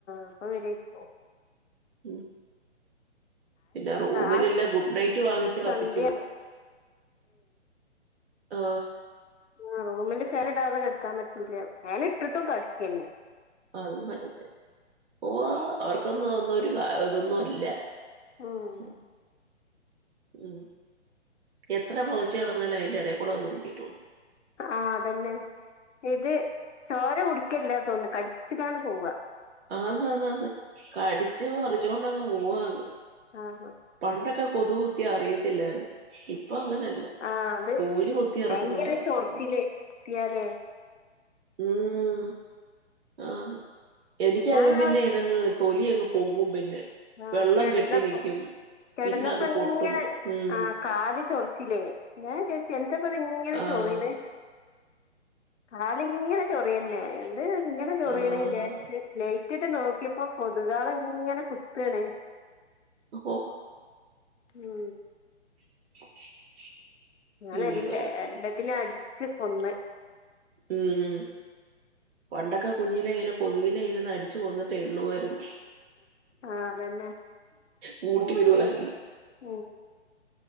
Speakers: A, on the left; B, on the right.
A: അപ്പൊ വരേയാക്കു
B: ഉം പിന്നെ റൂമിലെല്ലാം
A: ആ
B: ഗുഡ് നൈറ്റ് വാങ്ങിച്ച് കത്തിച്ചു
A: സന്ധ്യ
B: വെക്ക് ആ
A: ആ റൂമിന്റെ ഫേന് ഇടാതെ കെട്ക്കാൻ പറ്റൂല്ല ഫേന് ഇട്ട്ട്ടും കടിക്യന്നെ
B: അതും പറ്റത്തില്ല ഓ അവർക്കൊന്നും അതൊന്നും ഒരു കാര് ഇതൊന്നും അല്ല
A: ഉം
B: മ്മ് മ്മ് എത്ര പൊതച്ച് കെടന്നാലും അയിൻ്റെ ഏടേൽക്കൂടെ വന്ന് കുത്തീട്ട് പോവും
A: ആ അതന്നെ ഇത് ചോര കുടിക്കല്ലാ തോന്ന് കടിച്ച്ക്കാണ്ട് പോവ
B: ആന്നാന്നാന്ന് കടിച്ച് പറിച്ചോണ്ടങ്ങ് പോവാന്ന്
A: ആഹ്
B: പണ്ടൊക്കെ കൊതു കുത്തിയാ അറിയത്തില്ലയ്ര്ന്ന് ഇപ് ഇപ്പൊങ്ങനല്ല
A: ആഹ് അത്
B: സൂജികുത്തി എറക്കുന്ന
A: ഭയങ്കര
B: പോലെയാ എറക്കുന്നെ
A: ചൊറിച്ചില് കിട്ടിയാലേ
B: മ്മ് ആ എനിക്യാണെ
A: ഞാൻ
B: പിന്നെ ഇതങ്ങ് തൊലി അങ് പോകും പിന്നെ
A: ആ
B: വെള്ളം
A: കെടന്നപ്പം
B: കെട്ടി നിക്കും
A: കെടന്നപ്പം
B: പിന്നെ അത് പൊട്ടും
A: ഇങ്ങനെ
B: ഉം
A: ആ കാല് ചൊറിച്ചിലേ ഞാൻ വിചാരിച്ച് എന്താപ്പത് ഇങ്ങനെ
B: ആഹ്
A: ചോറിണെ കാലിങ്ങനെ ചൊറിയന്നെ എന്ത്‌ ഇങ്ങനെ ചൊറിയീണ
B: ആഹ്
A: വിചാരിച്ച് ലേറ്റിട്ട് നോ അപ്പൊ കൊതുകാള്ങ്ങനെ കു പിണേ
B: ഓ
A: ഉം
B: <inaudible>
A: ഞാന്
B: എന്തോ
A: എല്ല
B: ചെയ്യും
A: എല്ലത്തിനും അടി ച്ച് കൊന്ന്
B: ഉം പണ്ടൊക്കെ കുഞ്ഞിലെ ഇങ്ങനെ കൊതുകിലെ ഇരുന്ന് അടിച്ച് കൊന്നിട്ട് എണ്ണുവായിരുന്നു
A: ആഹ് അതന്നെ
B: കൂട്ടി ഇട് വാര്ന്നു
A: ഉം